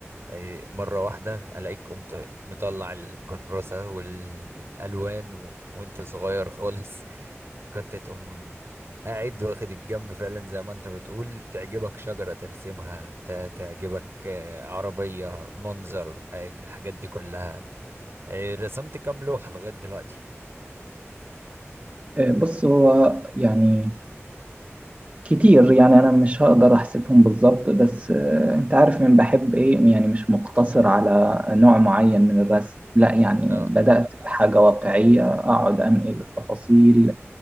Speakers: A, on the right; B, on the right.
A: أي مرة واحدة ألاقيك قمت مطلع الكراسة والألوان و... وانت صغير خالص <laughs> كنت تقوم قاعد واخد الجنب فعلا زي ما انت بتقول تعجبك شجرة ترسمها ت- تعجبك آه، عربية منظر آه، الحاجات دي كلها آه، رسمت كام لوحة لغاية دلوقتي
B: آه، بص هو يعني كتير يعني انا مش هقدر احسبهم بالظبط بس آه، انت عارف من
A: مم.
B: بحب ايه يعني مش مقتصر على نوع معين من الرسم لا يعني
A: اه
B: بدأت بحاجة واقعية اقعد انقل التفاصيل